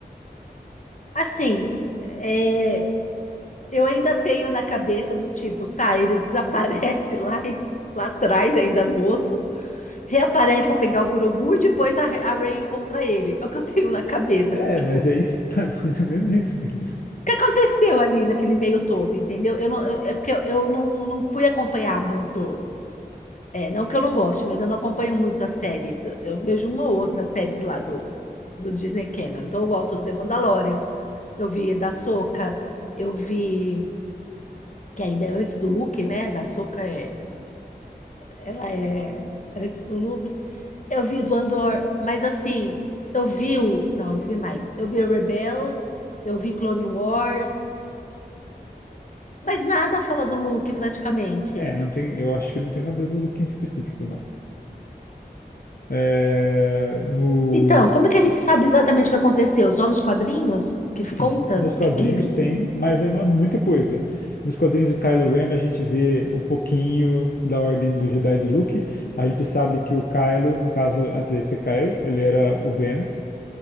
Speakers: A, on the left; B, on the left.
A: assim, é, eu ainda tenho na cabeça do tipo, tá, ele desaparece <laughs> lá, e- lá atrás ainda moço, reaparece pra pegar o Grogu e depois a, a Rey encontra ele. É o que eu tenho na cabeça,
B: É,
A: assim, tipo,
B: mas
A: o
B: é isso, <laughs> é mais ou menos isso mesmo.
A: que aconteceu ali naquele meio todo, entendeu? Eu não, eu- é porque eu, eu não, não fui acompanhar muito. É, não que eu não goste, mas eu não acompanho muito as séries. Eu, eu vejo uma ou outra séries lá do, do Disney Channel. Então eu gosto do The Mandalorian, eu vi da Soca, eu vi que ainda é antes do Luke, né? Da Soca é, ela é antes do Luke. Eu vi o do Andor, mas assim, eu vi o. Não, eu vi mais. Eu vi o Rebels, eu vi Clone Wars, mas nada fala do Luke praticamente.
B: É, não tem, eu acho que não tem nada do Luke em específico, não. É, no,
A: Então, como é que a gente sabe exatamente o que aconteceu? Só nos quadrinhos que
B: sim,
A: conta
B: nos quadrinhos
A: que que ele.
B: tem, mas não é muita coisa. Nos quadrinhos do Kylo Ren a gente vê um pouquinho da Ordem do Jedi e do Luke. A gente sabe que o Kylo, no caso, antes dele ser Kylo, ele era o Ben.